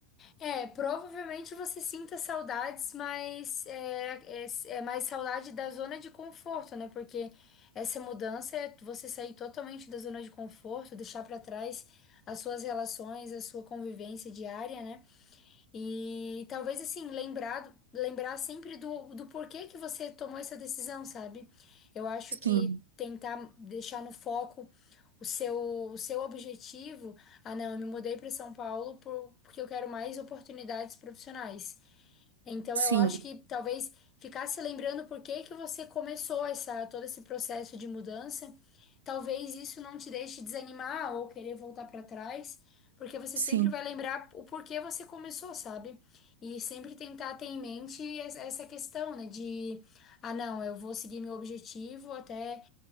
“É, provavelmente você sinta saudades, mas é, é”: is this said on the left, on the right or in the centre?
Left